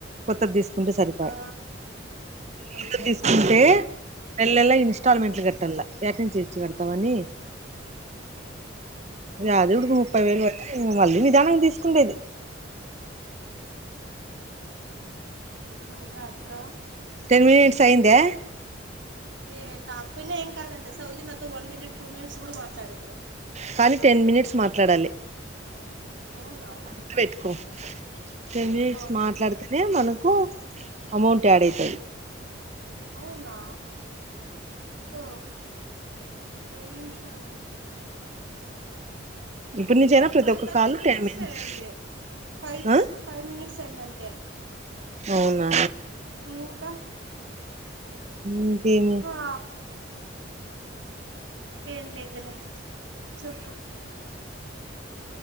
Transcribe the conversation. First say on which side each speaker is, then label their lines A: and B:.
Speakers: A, on the right; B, on the right.
A: కొత్తది తీసుకుంటే సరిపోయ
B: ఆ అంతే
A: కొత్తది తీసుకుంటే
B: అంతే
A: నెలనెల ఇన్స్టాల్మెంట్లు కట్టాల యాట్నుంచి తెచ్చి కడతాం అని యాదవ్
B: ఓకే
A: ఇప తీసుకుండేది
B: ఇంకా అక్క
A: టెన్ మినట్స్ అయిందా
B: ఏ కాక్పోయినా ఏం కాదంట సౌజి నాతో వన్ మనిట్ టూ మినిట్స్ కూడా మాట్లాడింది
A: కానీ టెన్ మినిట్స్ మాట్లాడాలి
B: అవునా
A: గుర్తు పెట్టుకో టెన్ మినిట్స్
B: ఓకే
A: మాట్లాడితేనే మనకు అమౌంట్ యాడ్ అయితది
B: అవునా ఓ ఎన్ని నిమిషాలు
A: ఇప్పుడు నుంచైనా ప్రతి
B: అయింది
A: ఒక్క కాల్ టెన్ మినిట్స్
B: ఫైవ్ తర్టీ
A: ఆ
B: ఫైవ్ మినిట్సే అయింది ఏంటంటే
A: అవునా
B: ఇంకా
A: ఇంకేమి
B: హా ఏమ్ లేదలే చెప్పు